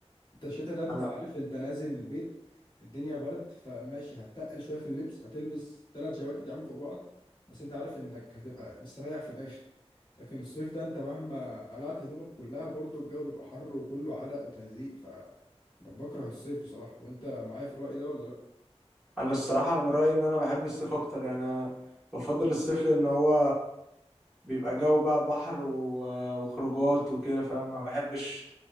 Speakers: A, on the left; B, in the centre.
A: انت الشتاء ده انت
B: انا
A: عارف انت نازل من البيت الدنيا برد فماشي هتتقل شويه في اللبس هتلبس ثلاث جواكت يا عم فوق بعض بس انت عارف انك هتبقى مستريح في الاخر لكن الصيف ده انت مهما قلعت هدومك كلها برضو الجو بيبقى حر وكله عرق وتلزيق ف بكره الصيف بصراحه وانت معايا في الرأي ده ولا لا
B: انا الصراحه من رايي ان انا بحب الصيف اكتر يعني أنا بفضل الصيف لان هو بيبقى جو بقى بحر و- وخروجات وكده فاهم ما بحبش